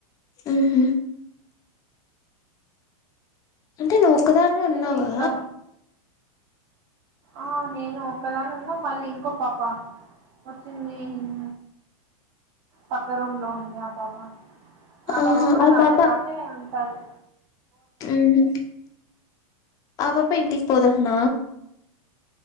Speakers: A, on the left; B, on the right.
A: ఉహు అంటే నువ్వు ఒక్కదానివే
B: మీరు
A: ఉన్నావా
B: ఇంట్లో ఆ నేను ఒకదాన్ని ఉన్నా మళ్ళీ ఇంకో పాప వచ్చింది హిన్ పక్క రూమ్ లో ఉంది ఆపాప అపాప
A: ఆహా
B: కూడా
A: ఆ
B: నాతోపాటే
A: పాప
B: ఉంటాది
A: ఉహు ఆపాప ఇంటికి పోదంట్న